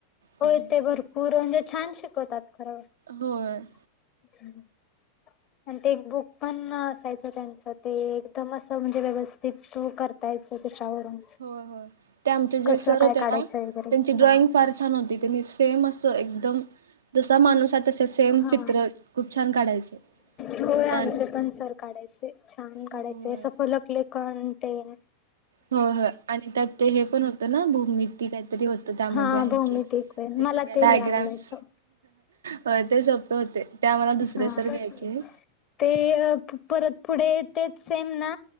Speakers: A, on the left; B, on the right.
A: होय
B: त्यामुळे
A: ते भरपूर म्हणजे छान शिकवतात खरं.
B: होय.
A: हम्म हम्म. आणि ते एक बुक पण असायचं त्यांचं. ते एकदम अस म्हणजे व्यवस्थित तू कर <inaudible> दयायच त्याच्यावरून.
B: होय होय ते आमचे जे
A: कसं
B: सर
A: काय
B: होते
A: काढायचं
B: ना
A: वगैरे
B: त्यांची ड्रॉइंग
A: हा.
B: फार छान होती. त्यांनी सेम असं एकदम जसा माणूस आहे. तसे सेम
A: हा
B: चित्र खूप छान काढायचे.
A: होय आमचे
B: त्या
A: पण सर काढायचे. छान काढायचे.
B: होय
A: सफोलकलक कण तेण <inaudible>
B: होय होय आणि त्यात ते हे पण होत ना. बु <inaudible> ती काहीतरी होत त्यामध्ये.
A: हा
B: आहे
A: भौमितिक
B: की ते
A: मला
B: सगळ्या डायग्राम्स.
A: लय आवडायचं
B: होय तेच होत. होते. ते आम्हाला दुसरे
A: हा.
B: सर घ्यायचे.
A: ते परत पुढे तेच सेम ना.